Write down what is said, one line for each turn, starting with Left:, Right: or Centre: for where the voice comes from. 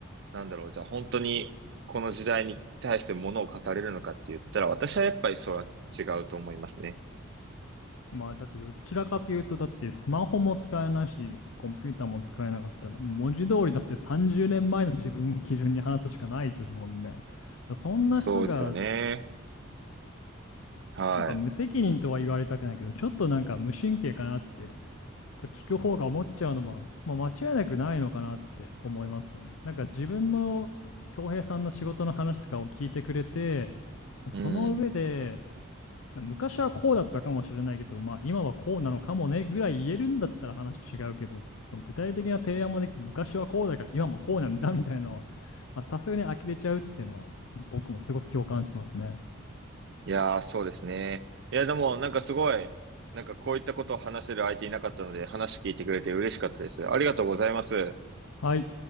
Right: なんだろう、じゃあ本当にこの時代に対してものを語れるのかって言ったら、私はやっぱりそれは違うと思いますね。
Left: まあ、だってどちらかというと、だってスマホも使えないし、コンピューターも使えなかったら、文字通りだって30年前の自分を基準に話すしかないですもんね。だからそんな人が、
Right: そうですよね。はい。
Left: なんか無責任とは言われたくないけど、ちょっとなんか無神経かなって、そう聞く方が思っちゃうのは、まあ、間違いなくないのかなって思いますよね。なんか自分の、恭平さんの仕事の話とかを聞いてくれて、その上で、
Right: うん。
Left: 昔はこうだったかもしれないけど、まあ今はこうなのかもねぐらい言えるんだったら話違うけど、その具体的な提案もできて、昔はこうだから今もこうなんだみたいなのは、まあさすがに呆れちゃうっていうのは、僕もすごく共感しますね。
Right: いやー、そうですね。いや、でも、なんかすごい、なんかこういったことを話せる相手いなかったので、話聞いてくれて嬉しかったです。ありがとうございます。
Left: はい。